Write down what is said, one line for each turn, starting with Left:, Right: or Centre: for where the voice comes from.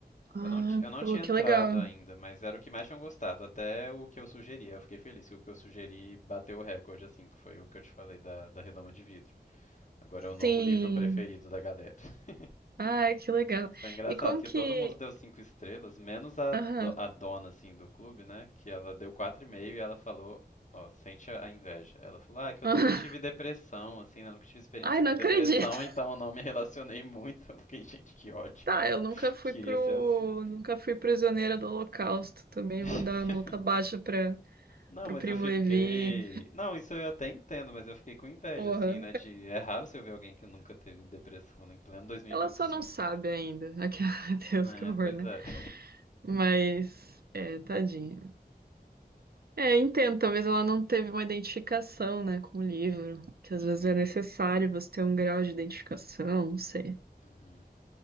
Right: Ah,
Left: Eu não, ti- eu não
Right: pô,
Left: tinha
Right: que
Left: entrado
Right: legal.
Left: ainda, mas era o que mais tinham gostado, até o que eu sugeri. Eu fiquei feliz que o que eu sugeri bateu o recorde, assim, que foi o que eu te falei da, da redoma de vidro. Agora é o novo
Right: Sim.
Left: livro preferido da galera. <laughs>
Right: Ai, que legal.
Left: Foi engraçado
Right: E como
Left: que
Right: que.
Left: todo mundo deu cinco estrelas, menos a,
Right: Aham.
Left: do- a dona, assim, do clube, né? Que ela deu quatro e meio e ela falou, ó, sente a a inveja. Ela falou, ah, que eu
Right: aham.
Left: nunca tive
Right: <laughs>
Left: depressão, assim, né? Eu nunca tive experiência
Right: Ai, não
Left: com
Right: acredito.
Left: depressão, então eu não me relacionei muito. <laughs> Eu fiquei, gente, que ódio.
Right: Tá, eu nunca fui
Left: Queria
Right: pro.
Left: ser assim.
Right: Nunca fui prisioneira do Holocausto. Também
Left: <laughs>
Right: vou dar nota baixa pra...
Left: Não,
Right: pro
Left: mas
Right: Primo
Left: eu fiquei.
Right: Levi.
Left: Não, isso eu até entendo, mas eu fiquei com inveja,
Right: Porra.
Left: assim, né? De. É raro você ver alguém que nunca teve depressão, né? Em pleno 2025.
Right: Ela só não sabe ainda. Aquela- <laughs> Meu Deus,
Left: É,
Right: que horror,
Left: pois
Right: né?
Left: é. <laughs>
Right: Mas. É, tadinha. É, entendo. Talvez ela não teve uma identificação, né, com o livro. Que às
Left: Uhum,
Right: vezes é necessário você ter um grau de identificação, não sei.
Left: uhum.